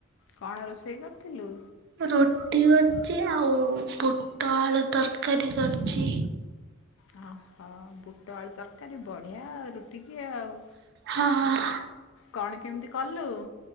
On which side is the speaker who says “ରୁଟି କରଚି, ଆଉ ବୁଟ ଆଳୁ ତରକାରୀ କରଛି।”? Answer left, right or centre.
Right